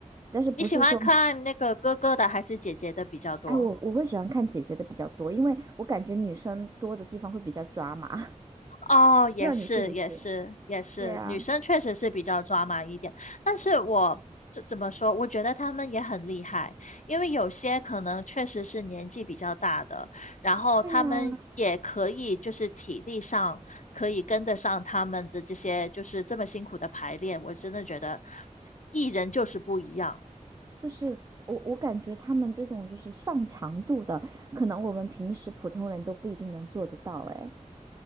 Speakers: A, on the right; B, on the left.
A: 但是不是说，
B: 你喜欢看那个哥哥的还是姐姐的比较多？
A: 哎，我我会喜欢看姐姐的比较多，因为我感觉女生多的地方会比较抓马，<laughs> 不
B: 哦，也是，
A: 知道你是不是？
B: 也是，也是，
A: 对呀，
B: 女生确实是比较抓马一点，但是我这怎么说？我觉得她们也很厉害，因为有些可能确实是年纪比较大的，然后她们也可以就是体力上可以跟得上他们的这些就是这么辛苦的排练，
A: 对呀，
B: 我真的觉得艺人就是不一样。
A: 就是我我感觉他们这种就是上强度的，可能我们平时普通人都不一定能做得到，哎。